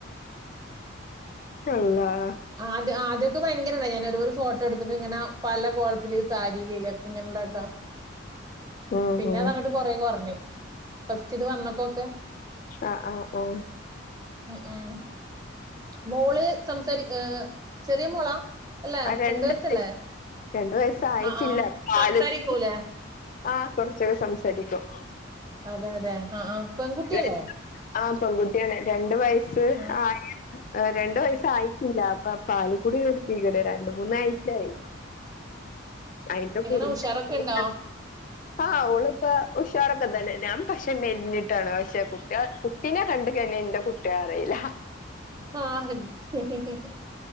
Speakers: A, on the left; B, on the right.
A: അള്ളാ
B: ആ അത് ആദ്യൊക്കെ ഭയങ്കരത ഞാന് ഒരു ഫോട്ടോ എടുത്ത്ട്ട്ങ്ങനെ പല കോലത്തില് സാരിയിലി <unintelligible>
A: ഉം
B: പിന്നെ
A: ഉം
B: തങ്ങട്ട് കൊറേ കൊറഞ്ഞു ഫസ്റ്റ് ഇത് വന്നപ്പോക്കെ
A: ആഹ് ആഹ് ആഹ്
B: ഉം ഉം മോള് സംസാരി ഏഹ് ചെറിയ മോളാ? അല്ലേ
A: ആ രണ്ട്
B: വയസ്സല്ലേ
A: വയസ് രണ്ട് വയസ്സായിട്ടില്ലാ
B: ആഹ് ആഹ്
A: പാല്
B: സംസാരിക്കൂലേ
A: <unintelligible> ആഹ് കൊറച്ചൊക്കെ സംസാരിക്കും
B: അതെ അതെ അ ആഹ് പെൺകുട്ടിയല്ലേ
A: രണ്ട് ആ പെൺകുട്ടിയാണ് രണ്ടു വയസ്സ് സ്സ്
B: ആഹ്
A: ആയി രണ്ടു വയസ്സ് ആയിട്ടില്ല അപ്പൊ പാലുകുടി നിർത്തിയിക്ക്‌ണ് രണ്ട് മൂന്നാഴ്‌ചയായി അയിന്റെ
B: എങ്ങനെ
A: കുറു
B: ഉഷാറൊക്കെ
A: <unintelligible>
B: ഉണ്ടോ
A: ആഹ് ഓളിപ്പ ഉഷാറൊക്കെണ്ട് തന്നെ ഞാൻ പക്ഷെ മെലിഞ്ഞിട്ടാണ് പക്ഷെ കുട്ട്യാ കുട്ടിനെ കണ്ട് കഴിഞ ഇന്റെ കുട്ടിയാ പറയില്ല
B: ആഹ് അത്